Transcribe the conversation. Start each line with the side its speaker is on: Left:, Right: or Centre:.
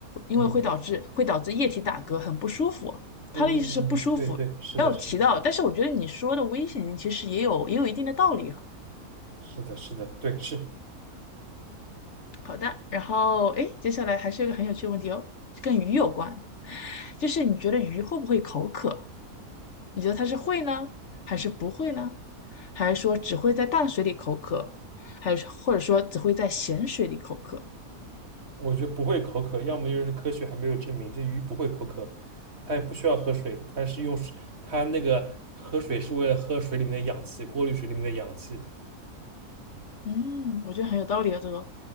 Left: 因为会导致会导致液体打嗝，
Right: 嗯
Left: 很不舒服。
Right: 嗯嗯嗯，
Left: 他的意思是不舒服，
Right: 对对，是的，
Left: 没有提到，
Right: 是的，
Left: 但是我觉得你说的危险性其实也有也有一定的道理哈。
Right: 是的，是的，对，是，
Left: 好的，然后哎，接下来还是有一个很有趣的问题哦，跟鱼有关，就是你觉得鱼会不会口渴？你觉得它是会呢，还是不会呢？还是说只会在淡水里口渴，还是或者说只会在咸水里口渴？
Right: 我觉得不会口渴，要么就是科学还没有证明这鱼不会口渴，它也不需要喝水，它是用水它那个喝水是为了喝水里面的氧气，过滤水里面的氧气。
Left: 嗯，我觉得很有道理啊，这个，